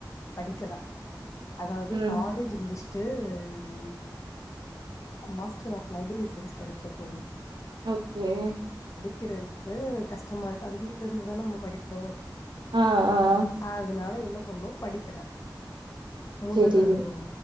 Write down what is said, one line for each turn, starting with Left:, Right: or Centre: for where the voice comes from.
Left: படிக்கல அதாவது
Right: ம்
Left: காலேஜ் முடிச் ட்டுஆ மாஸ்டர் ஆஃப் லைப்ரரி சைன்ஸ் படிச்சோ தோழி
Right: ஓகே
Left: கிறதுக்கு கஷ்டமா இருக்கு அது வீட்டுல இருந்துதா நம்ம படிப்போ
Right: ஆ ஆ ஆ
Left: அதனால என்ன பண்ணோ படிக்கல முதல்
Right: சரி
Left: அனுபவோ